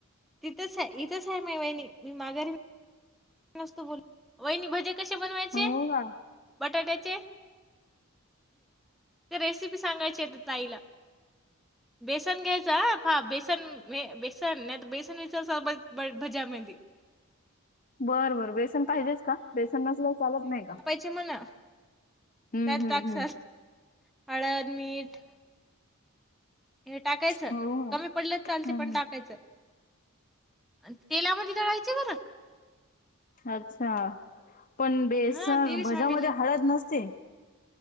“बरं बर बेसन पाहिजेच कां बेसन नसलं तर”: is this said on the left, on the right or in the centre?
Left